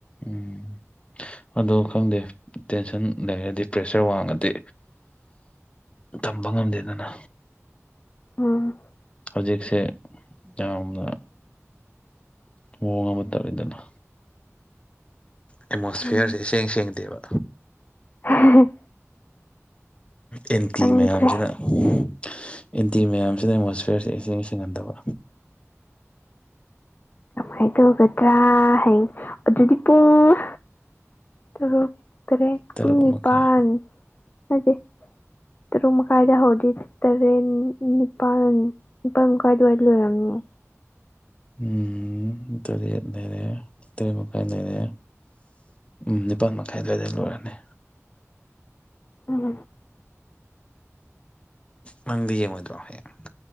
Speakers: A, on the left; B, on the left.
A: ꯎꯝ ꯑꯗꯨ ꯈꯪꯗꯦ ꯇꯦꯟꯁꯟ ꯂꯩꯔꯗꯤ ꯄ꯭ꯔꯦꯁꯔ ꯋꯥꯡꯉꯗꯤ ꯊꯝꯕ ꯉꯝꯗꯦꯗꯅ
B: ꯎꯝ
A: ꯍꯧꯖꯤꯛꯁꯦ ꯌꯥꯝꯅ ꯃꯑꯣꯡ ꯑꯃ ꯇꯧꯔꯤꯗꯅ ꯑꯦꯠꯃꯣꯁꯐꯤꯌꯔꯁꯦ
B: ꯎꯝ
A: ꯏꯁꯦꯡ ꯁꯦꯡꯗꯦꯕ
B: ꯎ
A: ꯑꯦꯟꯇꯤ
B: ꯈꯪꯗ꯭ꯔꯦ
A: ꯃꯌꯥꯝꯁꯤꯅ ꯑꯦꯟꯇꯤ ꯃꯌꯥꯝꯁꯤꯅ ꯑꯦꯠꯃꯣꯁꯐꯤꯌꯔꯁꯦ ꯏꯁꯤꯡ ꯁꯤꯡꯍꯟꯗꯕ
B: ꯍꯥꯢꯗꯣꯛꯒꯗ꯭ꯔꯥ ꯍꯌꯦꯡ ꯑꯗꯨꯗꯤ ꯄꯨꯡ ꯇꯔꯨꯛ ꯇꯔꯦꯠ
A: ꯇꯔꯨꯛ
B: ꯀꯨꯟ ꯅꯤꯄꯥꯟ
A: ꯃꯈꯥꯏ
B: ꯅꯠꯇꯦ ꯇꯔꯨꯛ ꯃꯈꯥꯏꯗ ꯍꯧꯗꯣꯏꯅꯦ ꯇꯔꯦꯠ ꯅꯤꯄꯥꯜ ꯅꯤꯄꯥꯜ ꯑꯗꯨ꯭ꯋꯥꯏ ꯑꯗꯨꯋꯥꯏ ꯂꯩꯔꯝꯞꯃꯤꯅꯦ
A: ꯎꯝ ꯇꯔꯦꯠ ꯂꯩꯔꯦ ꯇꯔꯦꯠ ꯃꯈꯥꯏ ꯂꯩꯔꯦ ꯎꯝ ꯅꯤꯄꯥꯜ ꯃꯈꯥꯏ ꯑꯗꯨꯋꯥꯏꯗ ꯂꯣꯏꯔꯅꯤ
B: ꯎꯝꯝ
A: ꯅꯪꯗꯤ ꯌꯦꯡꯉꯣꯏꯗ꯭ꯔꯣ ꯍꯌꯦꯡ